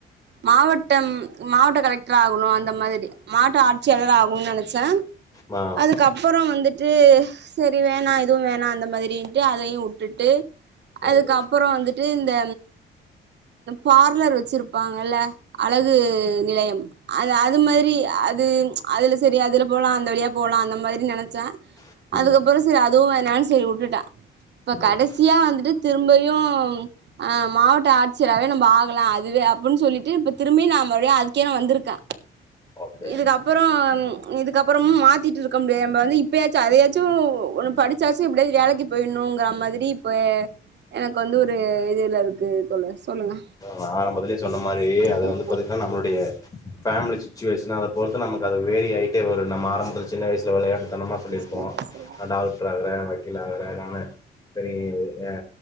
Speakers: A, on the right (about 60°); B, on the left (about 20°).
A: மாவட்டம் மாவட்ட கலெக்டர் ஆகணு அந்த மாதிரி மாவட்ட ஆட்சியாளர் ஆகணும்னு நெனைச்சே
B: ஆ
A: அதுக்குப்பறோ வந்துட்டு சேரி வேணா எதுவு வேணா அந்த மாதிரின்ட்டு அதையு வுட்டுட்டு அதுக்குப்பறோ
B: அதா
A: வந்துட்டு இந்த பார்லர் வச்சிருப்பாங்கல்ல அழகு நிலையம் அது அது மாரி அது அதுல சேரி அதுல போலா அந்த வழியா போலா அந்த மாரி நெனைச்சே
B: அதா
A: அதுக்கப்றோ சேரி அதுவு வேனன்னு சேரி விட்டுட்டே இப்ப
B: ம்
A: கடைசியா வந்துட்டு திரும்பயு ஆ மாவட்ட ஆட்சியரவே நம்ம ஆகலா அதுவே அப்டின்னு சொல்லிட்டு இப்ப திரும்பி நா மறுபுடியு அதுக்கே நா வந்துருக்கே
B: ஓகே
A: இதுக்கப்றோ இதுக்கப்றமு மாத்திட் இருக்க முடியாதுன்பாங்க இப்பயாச்சு அதையாச்சு ஒன்னு படிச்சாச்சு எப்புடியாது வேலைக்கு போயிணுங்கற மாதிரி இப்ப எனக்கு வந்து ஒரு இதுல இருக்கு சொல்லுங் சொல்லுங்க
B: நா ஆரம்பத்துலயே சொன்ன மாதிரி
A: சொதப்பு
B: அத வந்து பாத் நம்மளுடைய பேமிலி சுச்சுவேஷன் அத பொறுத்த நமக்கு அது வேறி ஆயிட்டே வரும் நம்ம ஆரம்பத் சின்ன வயசுல விளையாட்டுத்தனமா
A: இங்கிலீஷ்லயே
B: சொல்லியிருப்போ
A: பேசுறது
B: நா டாக்டர் ஆகுறே வக்கீல் ஆகுறே நானு பெரிய ஆ